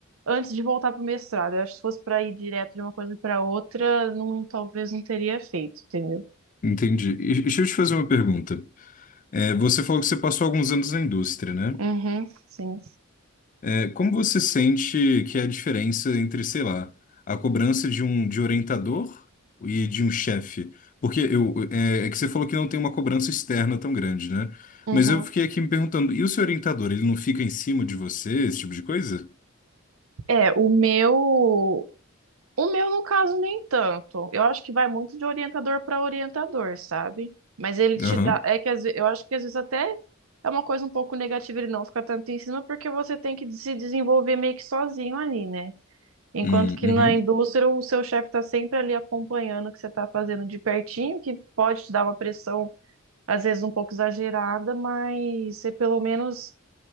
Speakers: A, on the right; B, on the left.
A: antes de voltar para o mestrado. Eu acho que se fosse para ir direto de uma coisa para outra, não, talvez não teria feito, entendeu?
B: entendi. E deixa eu te fazer uma pergunta. É, você falou que você passou alguns anos na indústria, né?
A: Uhum, sim.
B: É, como você sente que é a diferença entre, sei lá, a cobrança de um de orientador e de um chefe? Porque eu, é, é que você falou que não tem uma cobrança externa tão grande, né?
A: Uhum.
B: Mas eu fiquei aqui me perguntando, e o seu orientador, ele não fica em cima de você, esse tipo de coisa?
A: É, o meu, o meu no caso nem tanto. Eu acho que vai muito de orientador para orientador, sabe? Mas ele te
B: Aham.
A: dá, é que às ve- eu acho que às vezes até é uma coisa um pouco negativa ele não ficar tanto em cima porque você tem que se desenvolver meio que sozinho ali, né? Enquanto
B: Hum,
A: que
B: Uhum.
A: na indústria o seu chefe está sempre ali acompanhando o que você está fazendo de pertinho, que pode te dar uma pressão, às vezes um pouco exagerada, mas você pelo menos